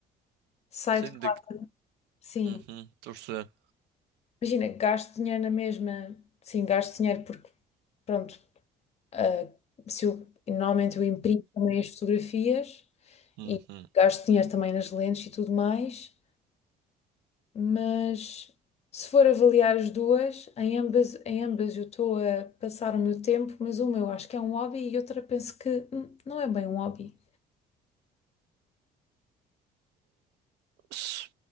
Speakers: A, on the left; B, on the right.
A: saio
B: Sem
A: de casa. Sim,
B: Uhum, estou a perceber.
A: imagina, gasto dinheiro na mesma, sim, gasto dinheiro porque, pronto, ah, se eu, normalmente eu imprimo também as fotografias
B: Uhum.
A: e gasto dinheiro também nas lentes e tudo mais. mas se for avaliar as duas, em ambas, em ambas eu estou a passar o meu tempo, mas uma eu acho que é um hobby e outra penso que hum, não é bem um hobby.
B: Mas